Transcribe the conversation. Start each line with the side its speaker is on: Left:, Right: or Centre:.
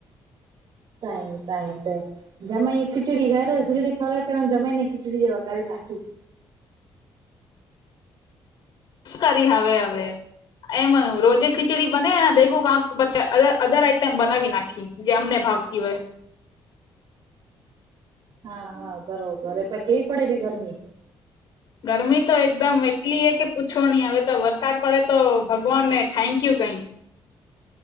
Right: ત ત ખિચડી ખ ખિચડી ખરા કર જમાને ખિચડી વખત કરી નાખીશ
Left: શું કરી હવે હવે એમ રોજે ખીચડી બને ભેગું કાંક અધર આઈટમ બનાવી નાખે જે અમને ભાવતી હોય.
Right: હા હા બરોબર એ પ કેવી પડે ત ગરમી
Left: ગરમી તો એકદમ એટલી એ કે પૂછો નહી હવે તો વરસાદ પડે તો ભગવાનને થેન્કયુ કઈ